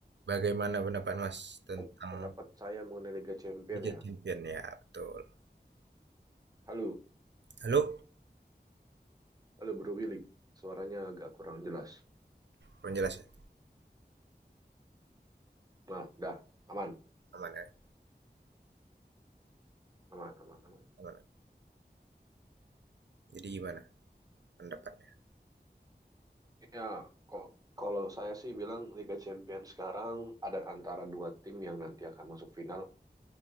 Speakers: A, on the right; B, on the right.
A: bagaimana pendapat Mas tentang
B: Oh, pendapat saya mengenai Liga Champion
A: Liga
B: ya.
A: Champion ya? Betul.
B: Halo,
A: Halo,
B: halo Bro Willy. Suaranya agak kurang jelas.
A: penjelas ya?
B: Nah, dah, aman,
A: Aman ya?
B: aman, aman, aman.
A: Aman. ya? Jadi gimana pendapatnya?
B: Ya, kok kalau saya sih bilang Liga Champion sekarang ada antara dua tim yang nanti akan masuk final,